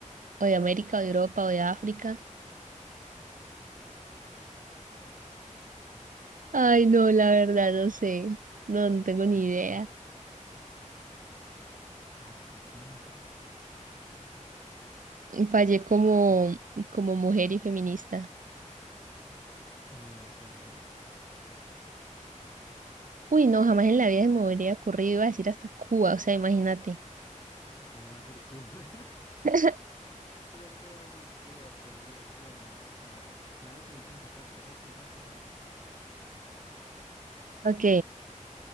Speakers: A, on the right; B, on the left.
A: o de América o de Europa o de África. Ay, no, la verdad, no sé. No, no tengo ni idea.
B: Asia, ¿cómo va a ser Asia?
A: Fallé como, como mujer y feminista.
B: Nueva Zelanda.
A: Uy, no, jamás en la vida se me hubiera ocurrido, iba a decir hasta Cuba, o sea, imagínate.
B: ¿Cómo va a ser Cuba? <laughs>
A: <laughs>
B: Pero ¿cómo va a ser Cuba? Por Dios. Bueno, no pasa nada. Dale que necesito empatarte. Rápido, rápido, rápido.
A: Ok,